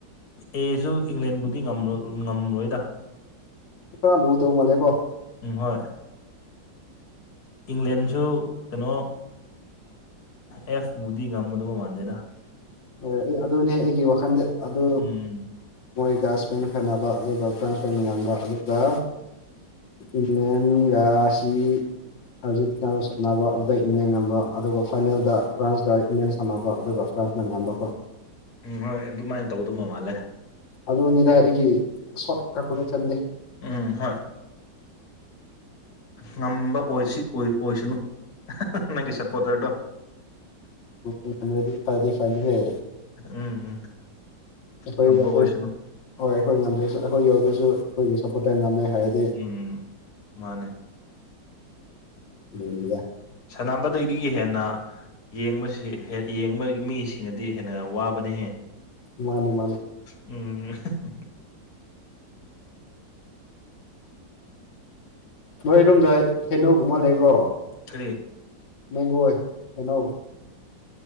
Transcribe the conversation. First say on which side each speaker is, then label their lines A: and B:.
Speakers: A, on the left (about 60°); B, on the left (about 80°).
A: ꯑꯦꯁꯨ ꯏꯪꯂꯦꯟꯕꯨꯗꯤ ꯉꯝꯔꯣꯏꯗ
B: ꯄꯨꯔ ꯂꯨꯗꯧ ꯃꯥꯜꯂꯦꯀꯣ
A: ꯎꯝ ꯍꯣꯏ ꯏꯪꯂꯦꯟꯁꯨ ꯀꯩꯅꯣ ꯑꯦꯐꯕꯨꯗꯤ ꯉꯝꯒꯗꯕ ꯃꯥꯟꯗꯦꯗ
B: ꯍꯣꯏ ꯑꯩ ꯑꯗꯨꯅꯦ ꯑꯩꯒꯤ ꯋꯥꯈꯟꯗ ꯑꯗꯨ
A: ꯎꯝ
B: ꯃꯣꯏꯒ ꯁꯃꯦꯟ ꯐꯅꯕ ꯑꯗꯨꯒ ꯆꯥꯟꯁ ꯑꯣꯏꯅ ꯌꯥꯝꯕ ꯑꯗꯨꯒ ꯏꯪꯂꯦꯟꯒꯁꯤ ꯑꯥꯔꯖꯦꯟꯇꯤꯅꯥꯗ ꯁꯥꯟꯅꯕ ꯑꯗꯨꯗ ꯏꯃꯦ ꯉꯝꯕ ꯑꯗꯨꯒ ꯐꯥꯏꯅꯦꯜꯗ ꯐ꯭ꯔꯥꯟꯁꯀ ꯏꯃꯦꯟ ꯁꯥꯟꯅꯕ ꯑꯗꯨꯒ ꯐ꯭ꯔꯥꯟꯁ ꯅꯪꯉꯝꯕꯀꯣ
A: ꯎꯝ ꯍꯣꯏ ꯑꯗꯨꯃꯥꯏꯅ ꯇꯧꯗꯧꯕ ꯃꯥꯜꯂꯦ
B: ꯑꯗꯨꯅꯤꯗ ꯑꯩꯒꯤ ꯁꯣꯔꯠ ꯀꯛꯄꯗ ꯆꯜꯂꯦ
A: ꯎꯝ ꯍꯣꯏ ꯉꯝꯕ ꯑꯣꯏꯁꯤ ꯑꯣꯏꯁꯅꯨ <unintelligible> ꯅꯪꯒꯤ ꯁꯄꯣꯔꯇꯔꯗꯣ
B: ꯉꯝꯔꯗꯤ ꯐꯗꯤ ꯐꯅꯤꯍꯦ
A: ꯎꯝ ꯎꯝ
B: ꯑꯩꯈꯣꯏ
A: ꯉꯝꯕ
B: ꯌꯥꯎꯗ꯭ꯔꯁꯨ
A: ꯑꯣꯏꯁꯅꯨ
B: ꯍꯣꯏ ꯑꯩꯈꯣꯏ ꯉꯝꯗ꯭ꯔꯁꯨ ꯑꯩꯈꯣꯏ ꯌꯥꯎꯗ꯭ꯔꯁꯨ ꯑꯩꯈꯣꯏꯒꯤ ꯁꯞꯄꯣꯔꯠꯇꯔ ꯉꯝꯃꯦ ꯍꯥꯏꯔꯗꯤ
A: ꯎꯝ ꯃꯥꯅꯦ
B: <unintelligible> ꯑꯗꯨꯅꯤꯗ
A: ꯁꯥꯟꯅꯕꯗꯩꯗꯒꯤ ꯍꯦꯟꯅ ꯌꯦꯡꯕꯁꯤ ꯌꯦꯡꯕꯒꯤ ꯃꯤꯁꯤꯡꯅꯗꯤ ꯍꯦꯟꯅ ꯋꯥꯕꯅꯤꯍꯦ
B: ꯃꯥꯅꯦ ꯃꯥꯅꯦ
A: ꯎꯝ <unintelligible>
B: ꯅꯣꯏꯔꯣꯝꯗ ꯍꯦꯅꯧꯒꯨꯝꯕ ꯂꯩꯕ꯭ꯔꯣ
A: ꯀꯔꯤ
B: ꯃꯦꯡꯒꯣꯏ ꯍꯦꯅꯧ